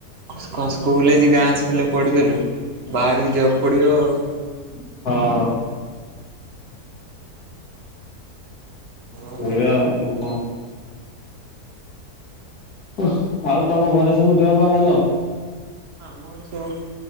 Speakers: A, on the right; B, on the left.
A: ଖସ ଖସ ସ୍କୁଲ ହେଇଚି ଗାଁ ସ୍କୁଲରେ ପଢ଼ିଦେଲୁ ବାହାରକୁ ଯିବାକୁ ପଡ଼ିବ ଆଉ।
B: ହଁ।
A: ଓହୋ
B: ଏଇରା ଆଉ ଆଉ କଣ? ଓଃ ଆଉ ତମ ଘରେ ସବୁ ଦେହ ପା ଭଲ?
A: ମୋର ସବୁ